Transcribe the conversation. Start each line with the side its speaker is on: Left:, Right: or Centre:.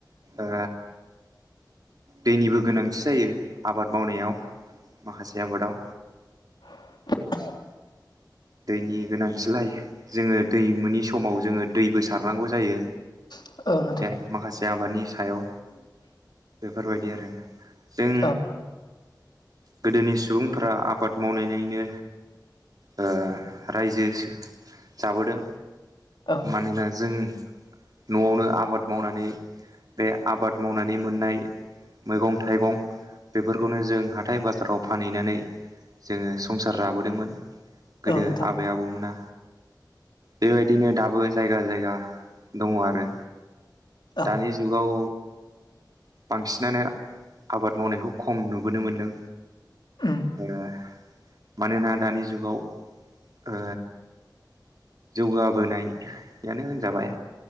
Right: अ दैनिबो गोनांथि जायो आबाद मावनायाव माखासे आबादाव
Left: <inaudible>
Right: दैनि गोनांथिलाय जोंङो दैमुनि समाव जोंङो दैबो सारनांगौ जायो
Left: औ नोंथां
Right: बे माखासे आबादनि सायाव बे- फोरबायदि आरो जों
Left: औ
Right: गोदोनि सुबुंफोरा आबाद मावनायनायनो अ रायजो जाबोदों
Left: औ
Right: मानोना जों नआवनो आबाद मावनानै बे आबाद मावनानै मोननाय मैगं थाइगं बेफोरखौनो जों हाथाय बाजाराव फानहैनानै जोंङो संसार जाबोदोंमोन गोदो
Left: औ नोंथां
Right: आबै आबौमोना बेबायदिनो दाबो जायगा-जायगा दंङ आरो
Left: औ
Right: दानि जुगाव बांसिनानो आबाद मावनायखौ खम नुबोनो मोनदों
Left: उम
Right: एह मानोना दानि जुगाव अ जौगाबोनायानो होनजाबाय